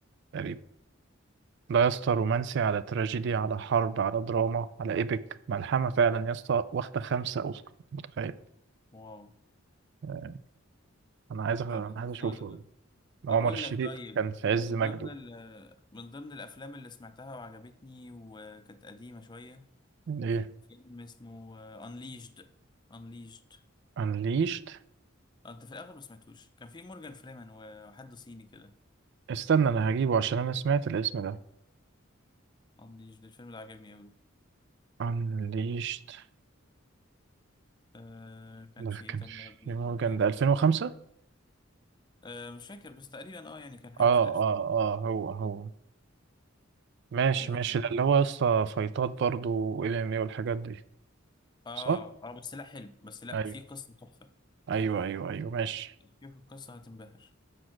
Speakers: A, on the right; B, on the left.
A: تقريبا. لا يا اسطى رومانسي على تراجيدي على حرب على دراما على ايبك ملحمة فعلا يا اسطى واخدة خمسة اوسكار متخيل
B: واو
A: آه، انا عايز
B: لا
A: أ- انا
B: خلصانه
A: عايز اشوفه
B: ده
A: عمر
B: اقول
A: الشريف
B: لك طيب
A: كان في عز
B: من
A: مجده
B: ضمن ال- من ضمن الافلام اللي سمعتها وعجبتني وكانت قديمه شويه
A: ايه
B: فيلم اسمه انليشد انليشد
A: انليشت
B: انت في الاغلب ما سمعتوش كان في مورجان فريمان وحد صيني كده
A: استنى انا هجيبه عشان انا سمعت الاسم ده
B: انليشد الفيلم ده عجبني قوي
A: انليشت
B: آه كان
A: ده
B: في ايه
A: كان
B: تاني
A: في
B: يا ربي
A: مورجان
B: حبيته
A: ده 2005
B: آه مش فاكر بس تقريبا اه يعني كان حاجه
A: اه
B: في الالفين
A: اه اه هو هو ماشي
B: اه
A: ماشي ده اللي هو يا اسطى فايتات برضه وام ام اي والحاجات دي
B: اه
A: صح
B: آه، بس لا حلو بس لا
A: ايوه
B: في قصه تحفه
A: ايوه ايوه ايوه ماشي
B: شوف القصه هتنبهر